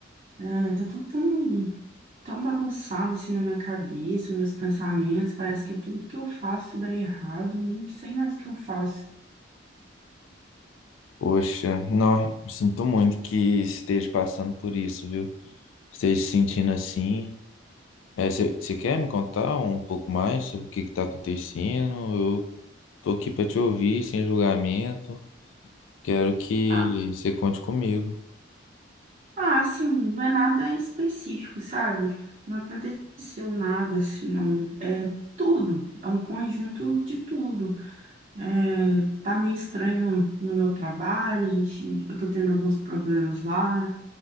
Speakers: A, on the right; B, on the left.
A: É, tá tudo tão, tão bagunçado, assim, na minha cabeça, meus pensamentos. Parece que tudo que eu faço dá errado. eu Não sei mais o que eu faço.
B: Poxa, não, sinto muito que esteja passando por isso, viu? Esteja se sentindo assim. É, você você quer me contar um pouco mais sobre o que que tá acontecendo? Eu tô aqui pra te ouvir, sem julgamento. Quero que
A: Ah,
B: você conte comigo.
A: ah, assim, não é nada específico, sabe? Não aconteceu nada, assim, não. É tudo. É um conjunto de tudo. É, tá meio estranho no meu trabalho, a gente, eu tô tendo alguns problemas lá.